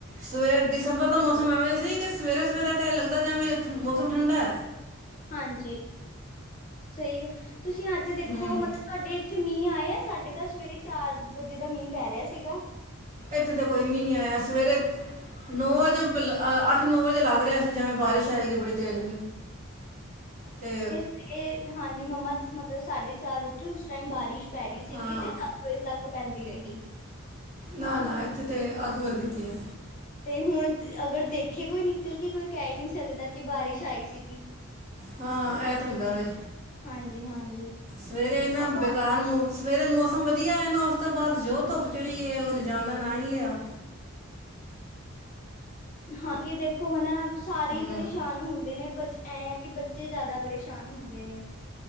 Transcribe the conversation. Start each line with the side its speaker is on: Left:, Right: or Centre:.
Right: ਸਵੇਰ ਦਿਸੰਬਰ
Left: ਹਾਂਜੀ
Right: ਦਾ ਮੌਸਮ ਐਵੇਂ ਸੀ, ਕਿ ਸਵੇਰੇ-ਸਵੇਰੇ ਤੇ ਲੱਗਦੈ, ਜੈਵੇਂ ਮੌਸਮ ਠੰਡੈ।
Left: ਹਾਂਜੀ, ਸਹੀ ਗ, ਤੂਸੀ ਅੱਜ ਦੇਖੋ
Right: ਹੂੰ
Left: ਮਤਬ ਤੂਆਡੇ ਏਥੇ ਮੀਂਹ ਆਇਆ? ਸਾਡੇ ਤਾਂ ਸਵੇਰੇ ਚਾਰ ਵਜੇ ਦਾ ਮੀਂਹ ਪੈ ਰਿਆ ਸੀਗਾ।
Right: ਏਥੇ ਤੇ ਕੋਈ ਮੀਂਹ ਨਹੀਂ ਆਇਆ, ਸਵੇਰੇ ਨੌ ਵਜੇ, ਬਲ ਅਠ-ਨੌ ਵਜੇ ਲਗ ਰਿਹਾ ਸੀ। ਜਿਵੇਂ ਬਾਰਿਸ਼ ਆਏਗੀ ਬੜੀ ਤੇਜ, ਤੇ
Left: ਮੇਰੇ ਹਾਂਜੀ, ਮੰਮਾ ਮਤਲਬ ਸਾਡੇ ਚਾਰ ਉਠੇ, ਉਸ ਟਾਈਮ ਬਾਰਿਸ਼ ਪੈ ਰੀ ਸੀਗੀ
Right: ਹਾਂ
Left: ਤੇ, ਸਤ ਵਜੇ ਤਕ ਪੈਂਦੀ ਰਹੀ।
Right: ਨਾ-ਨਾ ਇੱਥੇ ਤੇ ਅੱਗ ਵੱਰਦੀ ਵੀ ਏ।
Left: ਤੇ ਹੁਣ ਅਗਰ ਦੇਖੇ ਕੋਈ ਨਿਕਲ ਕੇ ਕੋਈ ਕਹਿ ਹੀ ਨਹੀਂ ਸਕਦਾ ਕਿ ਬਾਰਿਸ਼ ਆਈ ਸੀਗੀ।
Right: ਹਾਂ, ਇਹ ਤੇ ਹੁੰਦਾ ਵੇ।
Left: ਹਾਂਜੀ ਹਾਂਜੀ
Right: ਸਵੇਰੇ ਏਨਾ
Left: ਅੱਬਾ
Right: ਬੇਕਾਰ ਮੋਸਮ ਸਵੇਰੇ ਮੌਸਮ ਵਧੀਆ ਏਨਾ ਉਸ ਤੋਂ ਬਾਅਦ ਜੋ ਧੁੱਪ ਚੜੀ ਏ,। ਉਹਨੇ ਜਾਣਦਾ ਨਾ ਹੀ ਨਹੀਂ ਲਿਆ।
Left: ਹਾਂ, ਕਿ ਦੇਖੋ ਹਨਾ ਸਾਰੇ
Right: ਹੂੰ
Left: ਹੀ ਪਰੇਸ਼ਾਨ ਹੁੰਦੇ ਨੇ ਬ ਐ ਆ ਕਿ ਬੱਚੇ ਜ਼ਿਆਦਾ ਪਰੇਸ਼ਾਨ ਹੁੰਦੇ ਨੇ।